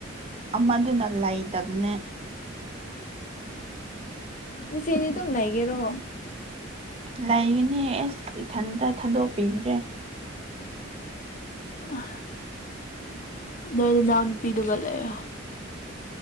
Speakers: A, on the right (about 30°); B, on the left (about 40°).
A: ꯑꯃꯗꯨꯅ ꯂꯩꯇꯝꯅꯦ
B: ꯏꯆꯦꯅꯦ ꯑꯗꯨꯝ ꯂꯩꯒꯦꯔꯣ
A: ꯂꯩꯒꯅꯦ ꯑꯦꯁ ꯏꯊꯟꯇ ꯊꯟꯗꯣꯛꯄꯤꯟꯗ꯭ꯔꯦ
B: ꯑꯥ ꯅꯣꯏ ꯅꯅꯥꯎ ꯅꯨꯄꯤꯗꯨꯒ ꯂꯩꯑꯣ